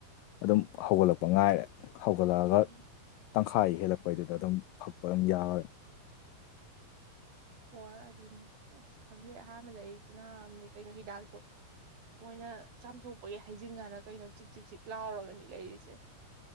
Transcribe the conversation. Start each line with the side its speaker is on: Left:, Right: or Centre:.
Left: ꯑꯗꯨꯝ ꯍꯧꯒꯠꯂꯛꯄ ꯉꯥꯏꯔꯦ ꯍꯧꯒꯠꯂꯛꯑꯒ
Right: ꯎꯝ
Left: ꯇꯪꯈꯥꯏ ꯍꯦꯜꯂꯛꯄꯩꯗꯨꯗ ꯑꯗꯨꯝ ꯐꯛꯄ ꯑꯗꯨꯝ ꯌꯥꯔꯣꯏ
Right: ꯍꯣꯏ ꯑꯗꯨꯅꯦ ꯑꯁ ꯈꯪꯗꯩ ꯑꯍꯥꯟꯕꯗ ꯑꯩ ꯀꯅꯥꯝꯅꯦ ꯀꯩꯅꯣ ꯍꯤꯗꯥꯛꯇꯣ ꯃꯣꯏꯅ ꯆꯥꯝꯊꯣꯛꯄꯒꯤ ꯍꯩꯖꯤꯟ ꯀꯥꯟꯅ ꯀꯩꯅꯣ ꯆꯤꯛ ꯆꯤꯛ ꯆꯤꯛ ꯂꯥꯎꯔꯒꯅꯤ ꯂꯩꯔꯤꯁꯦ